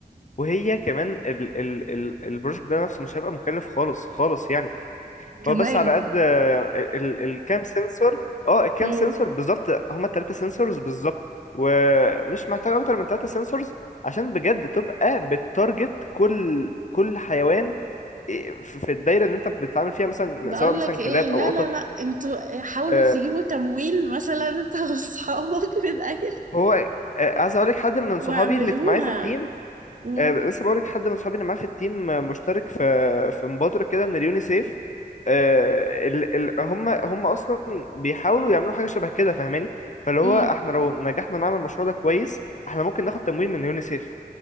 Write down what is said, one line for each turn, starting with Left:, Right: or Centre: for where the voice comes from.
Left: وهي كمان ال ال ال البروجكت ده نفسه مش هيبقى مكلف خالص خالص يعني
Right: كمان
Left: هو بس على قد ال- ال- الكام سنسور اه الكام
Right: امم
Left: سنسور بالظبط هما التلاتة سنسورز بالظبط ومش محتاج اكتر من تلاتة سنسورز عشان بجد تبقى بتارجت كل كل حيوان إيه في في الدايرة اللي انت بتتعامل فيها مثلا
Right: بقول
Left: سواء مثلا
Right: لك ايه
Left: كلاب
Right: لا
Left: او
Right: لا
Left: قطط
Right: لا انتوا حاولوا
Left: آه،
Right: تجيبوا تمويل مثلا انت <laughs> واصحابك من اي
Left: هو آه، عايز اقول لك حد من
Right: واعملوها
Left: صحابي اللي في- معايا في التيم
Right: امم
Left: آه، لسه بقولك حد من صحابي اللي معاه في التيم آه، مشترك في في مبادرة كده من اليونيسيف آه، ال... ال... هم هم اصلا بيحاولوا يعملوا حاجة شبه كده فاهماني فاللي هو
Right: امم
Left: احنا لو نجحنا نعمل المشروع ده كويس احنا ممكن ناخد تمويل من اليونيسيف